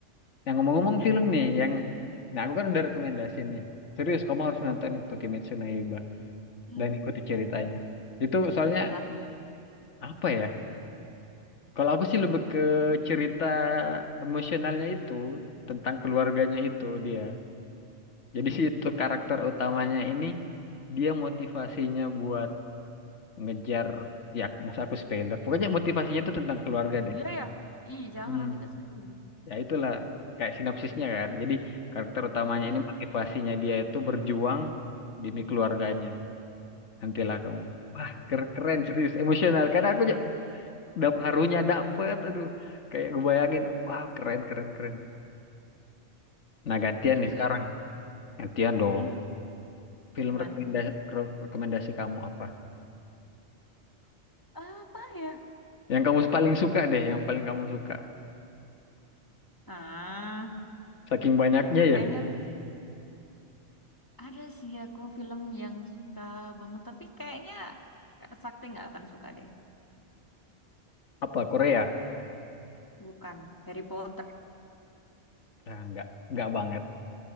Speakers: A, on the left (about 75°); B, on the left (about 15°).
A: Yang ngomong-ngomong film nih, yang nah aku kan udah rekomendasi nih. Serius, kamu harus nonton itu Kimetsu no Yaiba
B: Hmm,
A: dan ikuti ceritanya. Itu soalnya
B: weekend lah.
A: apa ya? Kalau aku sih lebih ke cerita emosionalnya itu tentang keluarganya itu dia. Jadi sih itu karakter utamanya ini dia motivasinya buat ngejar ya maksud aku spoiler. Pokoknya motivasinya itu tentang keluarga deh.
B: Iya ya, iya jangan
A: Hmm.
B: nanti nggak seru.
A: ya itulah kayak sinopsisnya kan. Jadi karakter utamanya
B: Eh,
A: ini motivasinya dia itu berjuang demi keluarganya. Nantilah kamu. Wah, ker- keren serius emosional. Karena aku ja- dap harunya dapet, aduh. Kayak gue bayangin, wow keren keren keren. Nah gantian
B: ini
A: nih sekarang, gantian dong.
B: hmm,
A: Film
B: gimana?
A: rekomendasi kro- rekomendasi kamu apa?
B: Apa ya?
A: Yang kamu paling suka deh, yang paling kamu suka.
B: Ah,
A: Saking banyaknya
B: kayaknya
A: ya.
B: ada sih aku film yang suka banget, tapi kayaknya Kak Sakti nggak akan suka deh.
A: Apa Korea?
B: Bukan Harry Potter.
A: Nah, enggak, enggak banget.